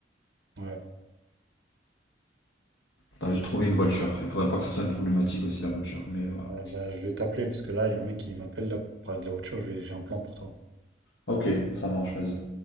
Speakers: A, on the right; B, on the left.
A: Ouais. Ouais.
B: T'as juste trouvé une voiture. Il faudrait pas que ce soit une problématique aussi, la voiture. Mais voilà.
A: Ouais, bah, je vais t'appeler parce que là, il y a un mec qui m'appelle là pour parler de la voiture, je vais- j'ai un plan pour toi.
B: Ok, ça marche, vas-y.